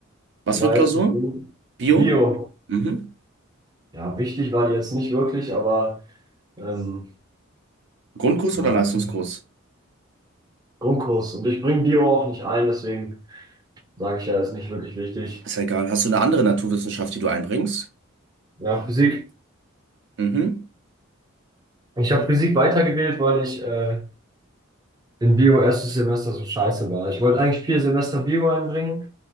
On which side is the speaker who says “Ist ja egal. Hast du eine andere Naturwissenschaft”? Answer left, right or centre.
Right